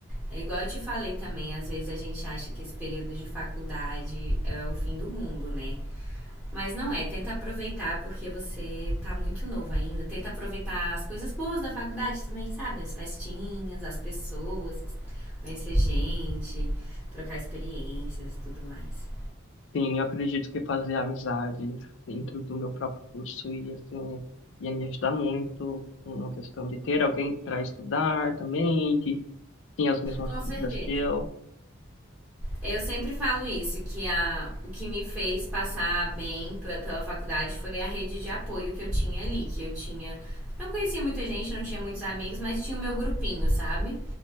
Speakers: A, in the centre; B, on the left.
A: É igual eu te falei também, às vezes a gente acha que esse período de faculdade é o fim do mundo, né? Mas não é, tenta aproveitar porque você tá muito novo ainda. Tenta aproveitar as coisas boas da faculdade também, sabe? As festinhas, as pessoas, conhecer gente, trocar experiências e tudo mais.
B: Sim, eu acredito que fazer amizades dentro do meu próprio curso ia, assim, ia me ajudar muito uma questão de ter alguém para estudar também, que tem as mesmas
A: Com certeza.
B: dúvidas que eu.
A: Eu sempre falo isso, que a, o que me fez passar bem pela faculdade foi a rede de apoio que eu tinha ali, que eu tinha. Não conhecia muita gente, não tinha muitos amigos, mas tinha o meu grupinho, sabe?